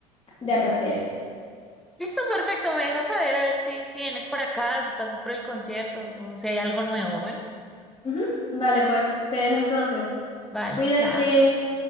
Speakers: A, on the left; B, in the centre.
A: de arrocera.
B: Listo, perfecto. Me dejas saber a ver si, si vienes por acá, si pasas por el concierto o si hay algo nuevo. Bueno,
A: Ujú, Vale, pues, te dejo entonces.
B: vale,
A: Cuídate.
B: chao.